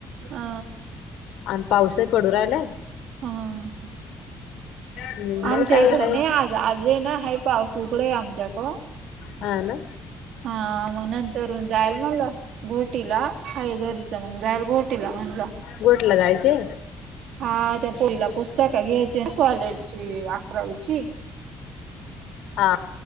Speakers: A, on the right; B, on the left.
A: अ
B: अन पाऊसही पडू राहिलाय.
A: हा ह
B: नाही
A: आमच्या
B: काही
A: इकडं
B: आहे
A: नही आज आज आहे ना हा पाऊस उघड आमच्या कड
B: हा ना
A: हा मग नंतर ऊन जायला मला घोटीला आहे घरी तर मंग जाईल घोट तिला म्हणल.
B: गोठला जायचे
A: हा त्या पोरीला पुस्तक घ्यायचे न कॉलेज चे अकरावीची.
B: हा